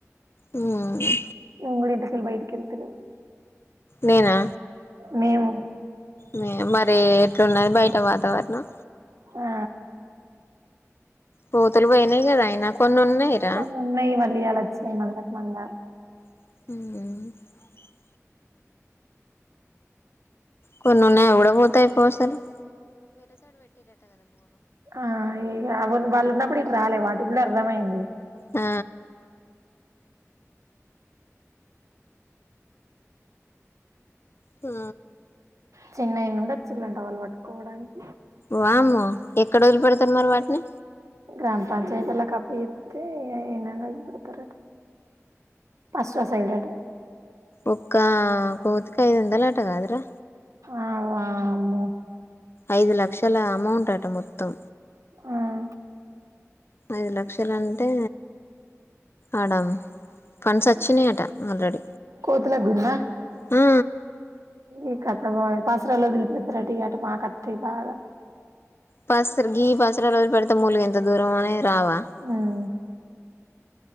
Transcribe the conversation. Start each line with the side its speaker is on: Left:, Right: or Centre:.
Left: మ్ అ
Right: నువ్ కూడ ఇంట్లకేళి బైట్కెళ్త లెవ్
Left: నేనా
Right: మేము
Left: మే మరి ఎట్లున్నది బయట వాతావరణం
Right: ఆ
Left: కోతులు పోయినై కదా అయినా కొన్ని ఉన్నాయిరా
Right: కొన్ని ఉన్నాయి మళ్ళ ఇయ్యాల వచ్చినాయ్ మందక్ మంద
Left: మ్ కొన్నిన్నా ఎవడ పోతాయి పోసలు <unintelligible>
Right: ఆ అను వాళ్ళున్న పడి ఆాలే వా <unintelligible> ఇప్పుడు అర్థమైంది
Left: ఆ ఆ
Right: చిన్నైన ఉండ చిల్లుంట వాళ్ళు పట్టుకోవడానికి <unintelligible>
Left: వామ్మో ఎక్కడ వదిలిపెడతరు మరి వాటిని
Right: గ్రామ పంచాయతి ఓల్ల కప్పు జెబితే ఏనన్న వదిలి పెడతరంట ఫస్ట్ ఆ సైడ్ అట
Left: ఒక్క కోతికి ఐద్దందలు అంట గదరా
Right: ఆ వామ్మో
Left: ఐదు లక్షల అమౌంట్ అట మొత్తం
Right: ఆ
Left: ఐదు లక్షలు అంటే ఆడ ఫండ్స్ వచ్చినయట ఆల్రెడీ
Right: కోతుల గుడ్నా
Left: ఆ
Right: ఈ కథ పోా్ పాసరాలోదులు పెపురాటి కట మా కత బాగా <unintelligible>
Left: పసరి గీ పసరాలో పడతా ములగ ఎంత దూరం అనే రావా <unintelligible>
Right: ఉమ్